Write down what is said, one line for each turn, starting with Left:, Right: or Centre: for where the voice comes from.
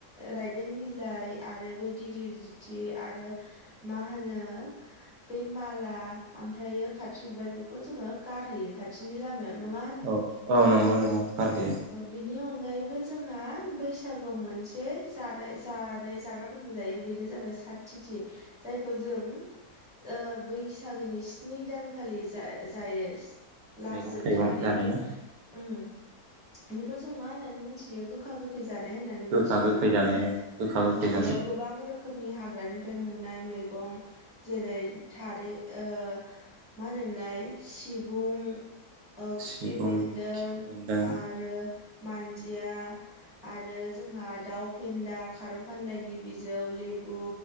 Centre: राइदों बिलाइ आरो बे दिग्लि लिथि आरो मा होनो बे माला ओमफ्रायो खाथ्रि बिबार बेखौ जोङो गारहैयो खाथिनि लामायाव नङा
Right: औ औ नंगौ नंगौ गारहैयो
Centre: बेनि अनगायैबो जोंहा बैसागुआव मोनसे जानाय जानाय जाग्रा फोरबो जायो बेनो जाबाय जाय टिथि जायखौ जो ओ बैसागोनि सि स्नि दानखालि जा जायो लास
Right: मैगं
Centre: जोबथा
Right: थाइगं
Centre: खालि
Right: जानाय
Centre: बे
Right: ना
Centre: उम बेखौ जों मा होननानै मिथियो गोखा गो खै जानाय होननानै मिथियो
Right: गोखा गोखै
Centre: नङा
Right: जानाय
Centre: होनबा
Right: गोखा गोखै जानाय
Centre: बेयाव गोबां रो रोखोमनि हाग्रानिफ्राय मोननाय मैगं जेरै थारै ओ मा होनोमोनलाय सिब ब्रु ओ खिफि
Right: सिबुं
Centre: बेन्दों
Right: बेन्दों
Centre: आरो मानदिया आरो जोंहा दाउ फेन्दा खारौ गान्दाय बिजौ लेबु